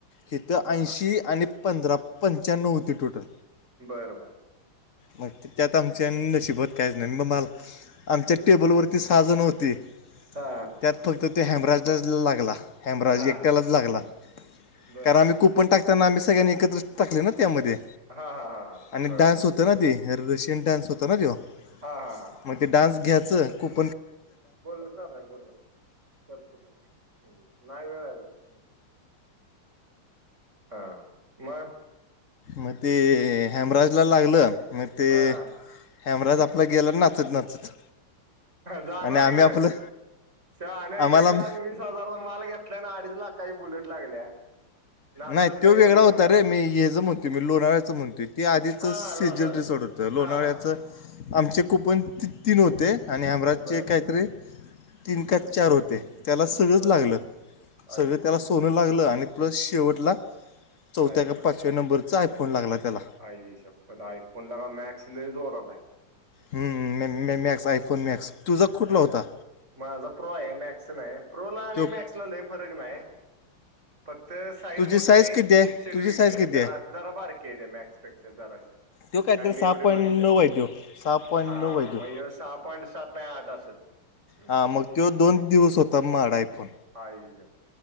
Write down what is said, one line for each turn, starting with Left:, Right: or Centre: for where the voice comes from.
Left: इिथं
Right: हा
Left: ऐंशी आणि पंधरा पंच्याण्णव होती टोटल
Right: बर बर
Left: मग त्यात आमच्या न शिबत काहीच नाही म मला आमच्या टेबलवरती साजण होती
Right: हा
Left: त्यात फक्त ते हॅमबराजला लागला हॅब्रज
Right: हा
Left: एकट्यालाच लागला
Right: बर
Left: कारण आम्ही कुपन टाकताना आम्ही सगळ्यांनी एकत्र टाकले ना त्यामध्ये
Right: हा हा हा
Left: आणि
Right: बर
Left: डान्स होत ना ते रशियन डान्स होत ना तो
Right: हा हा हा
Left: मग ते डान्स घ्यायचं खूप
Right: बोलण चाललंय बोलण करतो् नाही वेळा आहे हा म
Left: मग ते हॅबराजला लागलं मग ते
Right: हा
Left: हॅमराज आपला गेला नाचत नाचत
Right: जाणार
Left: आणि आम्ही
Right: किरे
Left: आपलं
Right: छ नाही
Left: आम्हाला
Right: एक लाख वीस हजारचा माल घेतलाय ना अडीच लाख काही बुलेट लागल्या नाचत
Left: नाही तो
Right: काय
Left: वेगळा
Right: येऊ
Left: होता
Right: ना
Left: रे मी हेच म्हणतेो मी लोणाव्याचं म्हणतेो ते आधीच
Right: हा
Left: सिजल
Right: हा लोणावळ्याच
Left: रिसॉर्ट होत तर लोणाळ्याचं
Right: हा
Left: आमचे कूपन त तीन होते आणि आमराजचे
Right: बर
Left: काहीतरी तीन का चार होते त्याला सगळंच
Right: बर
Left: लागलं
Right: आयुष्य
Left: सगळं त्याला सोनं लागलं आणि प्लस शेवटला चौथ्या
Right: आहे पण
Left: का पाचव्या नंबरचा आयफोन लागला त्याला
Right: आई सब आयफोन लागा मॅक्स ल जोरता
Left: ह मॅक्स आफोन मॅक्स तुझा कुठला
Right: मा
Left: होता
Right: माझा प्रो आहे मॅक्स नाही प्रो ला आणि
Left: तो
Right: मॅक्सला लही फरक नाही तर साईज
Left: तुझी
Right: मोठठी आहे
Left: किती
Right: चिपसेट
Left: तुझी
Right: वेगळे
Left: साईज
Right: आहे
Left: किती
Right: जरा जरा बारके आहे त्या मॅक्सपेक्षा जराे
Left: तो काहीतरी
Right: काय मी
Left: सहा
Right: एवढे
Left: पॉईंट
Right: बघितले
Left: नऊ आहे तो सहा पॉईंट
Right: हा
Left: नऊ आहे तो
Right: मग सहा पॉईंट सात नाही नाट असेल हम्
Left: हा मग तो दोन दिवस होता माडा आहे पण
Right: <inaudible>